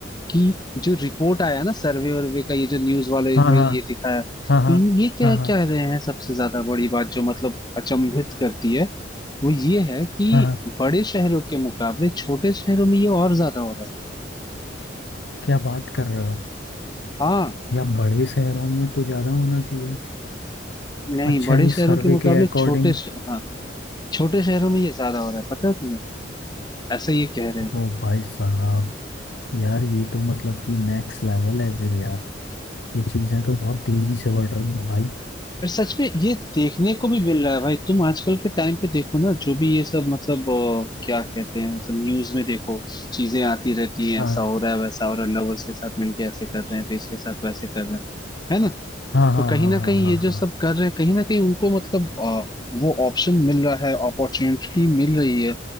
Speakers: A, on the left; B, on the left.
A: कि जो रिपोर्ट आया ना सर्वे वर्वे का ये जो न्यूज वाले
B: हाँ
A: में
B: हाँ
A: ये दिखाया
B: हाँ हाँ
A: इन ये क्या
B: हाँ हाँ
A: कह रहे हैं सबसे ज्यादा बड़ी बात जो मतलब अचंभित करती है वो ये है कि
B: हाँ हाँ,
A: बड़े शहरों के मुकाबले छोटे शहरों में ये और ज्यादा हो रहा
B: क्या बात कर रहे हो
A: है हाँ
B: या बड़े शहरों में तो ज्यादा होना चाहिए
A: नहीं
B: अच्छा
A: बड़े
B: ये
A: शहरों
B: सर्वे
A: के मुकाबले
B: के अकॉर्डिंग
A: छोटे श- हाँ छोटे शहरों में ये ज्यादा हो रहा है पता है तुम्हें ऐसा ये कह रहे हैं
B: ओ भाई साहब यार ये तो मतलब कि नेक्स्ट लेवल है फिर यार ये चीज़ें तो बहुत तेजी से बढ़ रही हैं भाई
A: पर सच में ये देखने को भी मिल रहा है भाई तुम आजकल के टाइम पे देखो ना जो भी ये सब मतलब अ, क्या कहते हैं मतलब न्यूज में देखो चीजें आती रहती हैं
B: हाँ
A: ऐसा हो रहा है वैसा हो रहा है लवर्स के साथ मिलके ऐसे कर रहे हैं तो इसके साथ वैसे कर रहे हैं है ना
B: हाँ हाँ
A: तो कहीं
B: हाँ
A: ना
B: हाँ
A: कहीं
B: हाँ
A: ये
B: हाँ
A: जो सब कर रहे हैं कहीं ना कहीं उनको मतलब अ, वो ऑप्शन मिल रहा है अपॉर्चुनिटी मिल रही है